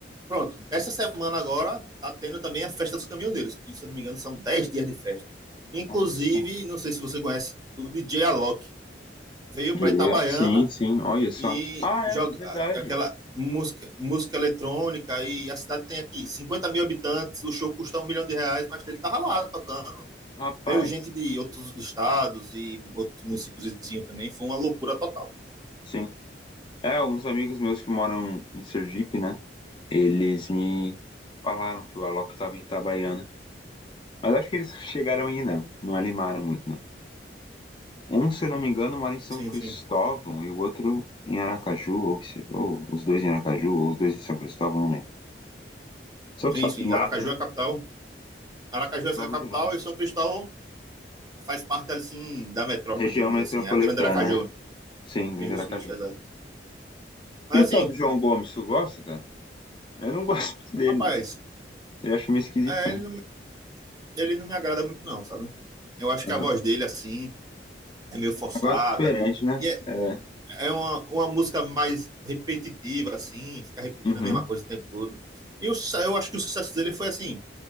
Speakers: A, on the right; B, on the left.
A: pronto, essa semana agora tá tendo também a Festa dos Caminhoneiros, que se eu não me engano são 10 dias de festa. Inclusive,
B: Olha só.
A: não sei se você conhece, o DJ Alok veio
B: Diria.
A: para Itabaiana
B: Sim, sim, olha só.
A: e
B: Ah, é,
A: joga
B: verdade.
A: a- aquela música, música eletrônica e a cidade tem aqui 50 mil habitantes, o show custa um milhão de reais, mas ele tava lá tocando.
B: Rapaz,
A: Veio gente de outros estados e outros municípios vizinhos também, foi uma loucura total.
B: sim. É, uns amigos meus que moram em Sergipe, né? Eles me falaram que o Alok estava em Itabaiana. Mas acho que eles chegaram aí, não. Não animaram muito, não. Um, se eu não me engano, mora em São
A: Sim,
B: Cristóvão
A: sim.
B: e o outro em Aracaju, ou, se- ou os dois em Aracaju, ou os dois em São Cristóvão, não lembro. Só que
A: Sim,
B: só do
A: sim.
B: lado,
A: Aracaju
B: né?
A: é a capital. Aracaju
B: São Cristóvão
A: é a capital
B: do lado.
A: e São Cristóvão faz parte, assim, da metrópole,
B: Região
A: vamos
B: metropolitana,
A: dizer assim. É a grande Aracaju.
B: né? Sim, Grande
A: Isso,
B: Aracaju.
A: isso, exato. Mas,
B: E o tal
A: assim,
B: do João Gomes, tu gosta, cara? Eu não gosto muito dele,
A: rapaz,
B: não. Ele acho meio esquisitão.
A: é, ele não, ele não me agrada muito, não, sabe? Eu acho que
B: Aham.
A: a voz dele, assim, é meio forçada.
B: Negócio diferente, né?
A: E é,
B: É.
A: é uma, uma música mais repetitiva, assim, fica repetindo
B: Uhum.
A: a mesma coisa o tempo todo. E o su- eu acho que o sucesso dele foi assim.